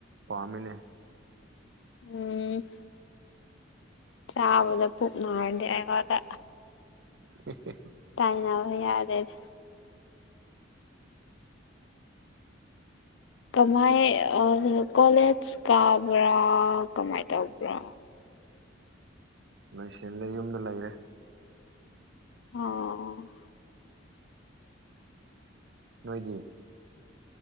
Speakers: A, on the right (about 65°); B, on the left (about 70°).
A: ꯄꯥꯝꯃꯤꯅꯦ
B: ꯎꯝ ꯆꯥꯕꯗ ꯄꯨꯛ ꯅꯥꯔꯗꯤ ꯑꯩꯉꯣꯟꯗ
A: <unintelligible>
B: ꯇꯥꯏꯅꯕ ꯌꯥꯔꯅꯤ ꯀꯃꯥꯏ ꯀꯣꯂꯦꯖ ꯀꯥꯕ꯭ꯔꯥ ꯀꯃꯥꯏ ꯇꯧꯕ꯭ꯔꯥ
A: ꯂꯣꯏꯁꯤꯜꯂꯦ ꯌꯨꯝꯗ ꯂꯩꯔꯦ
B: ꯑꯣ
A: ꯅꯣꯏꯗꯤ ꯑꯣ